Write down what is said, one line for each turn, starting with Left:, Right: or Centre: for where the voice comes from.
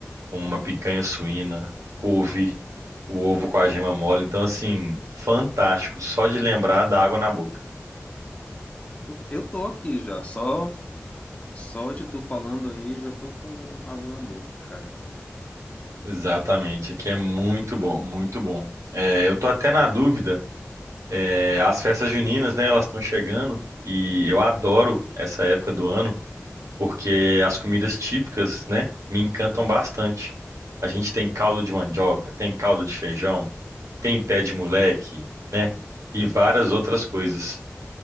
Right: uma picanha suína, couve,
Left: não.
Right: o ovo com a gema mole. Então, assim, fantástico. Só de lembrar dá água na boca.
Left: Eu tô aqui já, só, só de tu falando aí, já tô com água na boca, cara.
Right: Exatamente, aqui é muito bom, muito bom. É, eu tô até na dúvida. é, as festas juninas, né, elas estão chegando e eu adoro essa época do ano porque as comidas típicas, né, me encantam bastante. A gente tem caldo de mandioca, tem caldo de feijão, tem pé de moleque, né, e várias outras coisas.